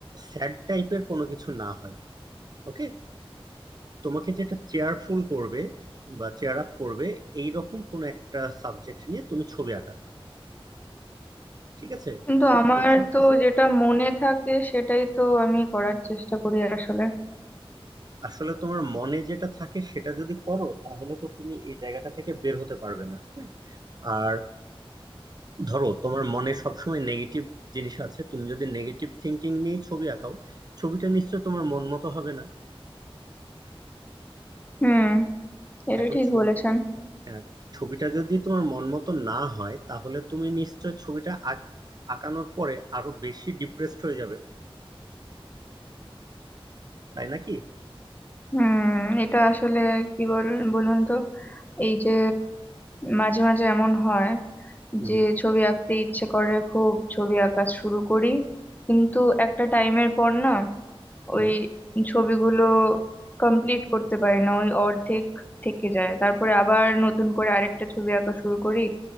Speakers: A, on the right; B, on the left.
A: স্যাড টাইপের কোনো কিছু না হয় ওকে তোমাকে যেটা চেয়ারফুল করবে বা চেয়ার আপ করবে এই রকম কোনো একটা সাবজেক্ট নিয়ে তুমি ছবি আঁকাবে ঠিক আছে
B: কিন্তু
A: ফুল
B: আমার
A: কনসেন্ট্রেশন
B: তো যেটা মনে থাকে সেটাই তো আমি করার চেষ্টা করি আসলে
A: আসলে তোমার মনে যেটা থাকে সেটা যদি করো তাহলে তো তুমি এই জায়গাটা থেকে বের হতে পারবে না হ্যাঁ? আর ধরো তোমার মনে সবসময় নেগেটিভ জিনিস আছে তুমি যদি নেগেটিভ থিঙ্কিং নিয়ে ছবি আঁকাও ছবিটা নিশ্চয় তোমার মন মতো হবে না
B: হুম এটা
A: এখন
B: ঠিক
A: ছ-
B: বলেছেন
A: আহ, ছবিটা যদি তোমার মন মতো না হয় তাহলে তুমি নিশ্চয় ছবিটা আঁক- আঁকানোর পরে আরো বেশি ডিপ্রেসড হয়ে যাবে তাই নাকি
B: হুম এটা আসলে কি বল বলুন তো এই যে মাঝে মাঝে এমন হয়
A: হুম
B: যে ছবি আঁকতে ইচ্ছে করে খুব ছবি আঁকা শুরু করি কিন্তু একটা টাইমের পর না
A: হুম
B: ওই ছবিগুলো কমপ্লিট করতে পারি না ওই অর্ধেক থেকে যায় তারপরে আবার নতুন করে আরেকটা ছবি আঁকা শুরু করি